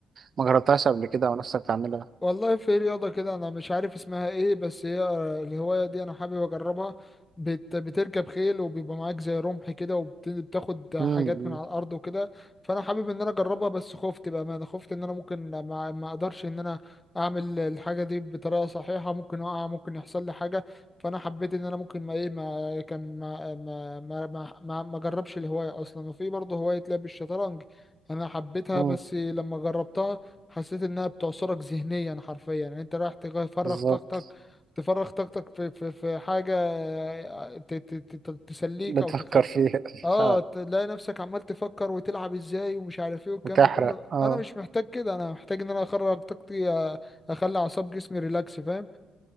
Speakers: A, on the right; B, on the left.
A: ما جربتهاش قبل كده ونفسك تعملها
B: والله في رياضة كده أنا مش عارف اسمها إيه بس هي الهواية دي أنا حابب أجربها بت بتركب خيل وبيبقى معاك زي رمح كده وبتاخد حاجات
A: امم
B: من على الأرض وكده فأنا حابب إن أنا أجربها بس خفت بأمانة خفت إن أنا ممكن ما, ما أقدرش إن أنا أعمل الحاجة دي بطريقة صحيحة ممكن أقع ممكن يحصل لي حاجة فأنا حبيت إن أنا ممكن ما إيه ما كان ما ما ما ما, ما, ما أجربش الهواية أصلا وفي برضه هواية لعب الشطرنج أنا حبيتها
A: امم
B: بس لما جربتها حسيت انها بتعصرك ذهنيا حرفيا يعني انت رايح تفرغ
A: بالظبط
B: طاقتك تفرغ طاقتك في في في حاجه آه، ت- ت- ت- ت- تسليك
A: بتفكر
B: او تخل...
A: فيها <laughs>
B: اه
A: اه
B: تلاقي نفسك عمال تفكر وتلعب ازاي ومش عارف ايه والكلام
A: وتحرق
B: ده كله
A: اه
B: انا مش محتاج كده انا محتاج ان انا اخرج طاقتي آه، اخلي اعصاب جسمي ريلاكس فاهم